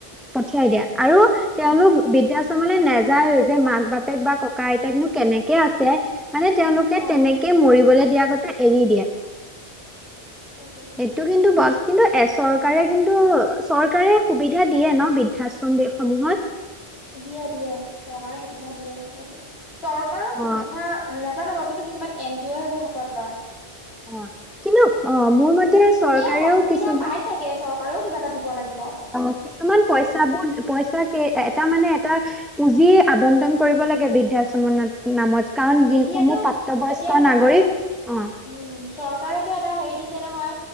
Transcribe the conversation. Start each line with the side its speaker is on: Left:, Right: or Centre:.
Centre: পঠিয়াই দিয়া আৰু তেওঁলোক বৃদ্ধাশ্ৰমলৈ নাযায় যে মাক বাপেক বা ককা আইতাকনো কেনেকে আছে মানে তেওঁলোকে
Left: অ',
Centre: তেনেকে কেই মৰিবলৈ দিয় আগতে এৰি দিয়ে।
Left: আৰু
Centre: এই ইটো কিন্তু ব কিন্তু এ চৰকাৰে কিন্তু চৰকাৰে সুবিধা দিয়ে ন বৃদ্ধাশ্ৰমসমূহত।
Left: দিয়ে দিয়ে চৰকাৰৰ সুবিধা দিয়ে তেনেকে চৰকাৰৰ
Centre: অ
Left: সুবিধা নাজানাব কিন্তু কিছুমান এন জি অ' সেইবোৰ হাতত লয়।
Centre: অ' কিন্তু অ' মোৰ মতে চৰকাৰেও
Left: দিয়ে সুবিধা
Centre: কিছুমান
Left: পাই চাগে চৰকাৰেও কিবা এটা দিব লাগিব।
Centre: অ' কিছুমান পইচাবোৰ পইচা কে এটা মানে এটা পুঁজি আবণ্টন কৰিব লাগে বৃদ্ধাশ্ৰমনত নামত কাৰণ যিসমূহ
Left: এতিয়াতো
Centre: প্ৰাপ্তবয়স্ক
Left: এতিয়া তোমাৰ
Centre: নাগৰিক অ'
Left: উম চৰকাৰে এতিয়া এটা হেৰি দিছে নহয়